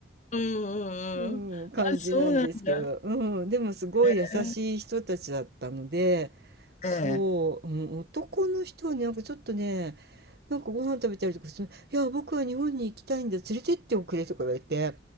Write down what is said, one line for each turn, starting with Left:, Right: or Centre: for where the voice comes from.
Left: うんうんうん。
Right: うん、感じなんですけど。
Left: あ、そうなんだ。
Right: うん、でもすごい優しい人たちだったので、
Left: ええ、
Right: そう、
Left: ええ、
Right: うん、男の人はね、なんかちょっとね、なんかご飯食べたりとかして、いや、僕は日本に行きたいんだ。連れてっておくれとか言われて、